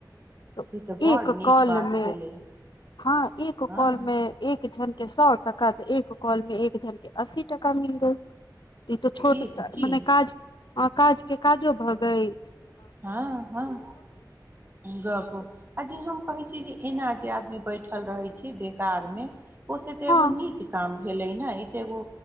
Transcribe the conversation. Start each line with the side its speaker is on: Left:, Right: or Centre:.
Left: त
Right: ई तऽ बड़
Left: एक
Right: नीक
Left: कॉलमे
Right: बात भेलै
Left: हँ एक
Right: हँ
Left: कॉलमे एक झंट सए टका तऽ एक कॉल में एक दिन के अस्सी टका मिलतेय ई तऽ छोट
Right: की तऽ की
Left: मने काज आ काज के काजो भऽ गेलय
Right: हँ हँ गप आ जे हम कहै छी जे एना जे आदमी बैठल रहै छै बेकार मे ओ से ते
Left: हँ
Right: एगो नीक काम भेले ने ई ते एगो